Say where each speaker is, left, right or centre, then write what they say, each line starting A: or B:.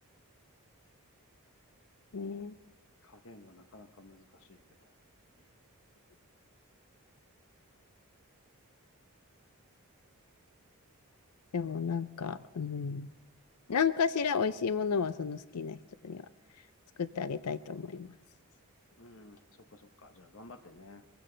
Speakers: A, on the left (about 85°); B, on the left (about 65°).
A: ね
B: 加減がなかなか難しいけど。
A: え、でもなんか、うん。何かしら美味しいものはその好きな人には作ってあげたいと思います。
B: うん、そっかそっか。じゃあ頑張ってね。